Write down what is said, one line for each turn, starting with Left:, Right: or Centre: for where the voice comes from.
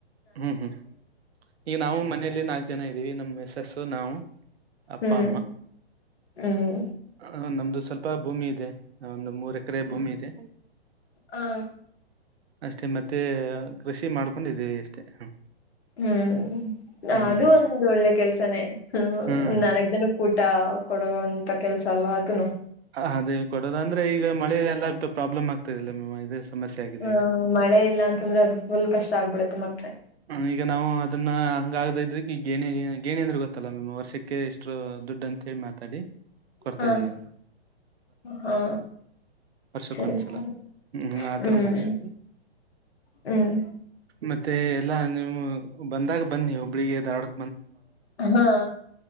Right: ಹ್ಮ್ ಹ್ಮ್ ಈಗ ನಾವು ಮನೇೆಯಲ್ಲಿ ನಾ ಚನ ಇದೀವಿ ನಮ್ಮ ಮಿಸಸ್ಸು ನಾವು ಅಪ್ಪ
Left: ಹ್ಮ್
Right: ಅಮ್ಮ.
Left: ಹ್ಮ್
Right: ಹ ನಮ್ದು ಸ್ವಲ್ಪ ಭೂಮಿ ಇದೆ ಒಂದು ಮೂರ್ ಎಕ್ರೆ ಭೂಮಿ ಇದೆ.
Left: ಹಾ
Right: ಅಷ್ಟೇ ಮತ್ತೆ ಕೃಷಿ ಮಾಡ್ಕೊಂಡಿದಿವಿ ಅಷ್ಟೇ ಹ್ಮ್.
Left: ಹ್ಮ್ ಅದೂ
Right: ಹ್ಮ್
Left: ಒಂದ್ ಒಳ್ಳೆ ಕೆಲ್ಸನೇ
Right: ಹ್ಮ್ ಹ್ಮ್
Left: ನಾಲ್ಕ್ ಜನು ಕೂಟ ಕೊಡಗೋಂತ ಕೆಲ್ಸ ಅಲ್ವಾ ಅದನು.
Right: ಹ ಅದೇ ಕೊಡೋದಂದ್ರೆ ಈಗ ಮಳೆ ಎಲ್ಲ ಪೆ ಪ್ರಾಬ್ಲಮ್ ಆಗ್ತದಿಲ್ಲಮ್ಮವ್ವ ಇದೆ ಸಮಸ್ಯೆ ಆಗಿದೆ
Left: ಆ
Right: ಈಗ.
Left: ಮಳೆ ಇಲ್ಲ ಅಂತಂದ್ರೆ ಅದು ಫುಲ್ ಕಷ್ಟ ಆಗ್ಬಿಡುತ್ತೆ ಮತ್ತೆ.
Right: ಹ್ಮ್ ಈಗ ನಾವು ಅದನ್ನ ಹಂಗ ಆಗ್ದ ಇದ್ದಿಕಿಂಗ ಏನೆ ಗಿ ಗೇಣಿ ಅಂದ್ರೆ ಗೊತ್ತಲ್ಲ ಮೆಮ್ ವರ್ಷಕ್ಕೆ ಇಷ್ಟು ದುಡ್ಡು ಅಂತೇಳಿ ಮಾತಾಡಿ ಕೊಡ್ತಾ
Left: ಹಾ
Right: ಇದಿವಿ ಅನ್.
Left: ಹಾ
Right: ವರ್ಷಕ್ಕೊಂದ್ಸಲ
Left: ಸರಿ ಸರಿ
Right: ಹ್ಮ್ ಆತರ
Left: ಹ್ಮ್.
Right: ಮಾಡ್ತಾ ಇದ್ವಿ
Left: ಹ್ಮ್
Right: ಮತ್ತೆ ಎಲ್ಲಾ ನೀವು ಬಂದಾಗ ಬನ್ನಿ ಹುಬ್ಬುಳಿಗೆ ದಾರ್ವಾಡ್
Left: ಹಾ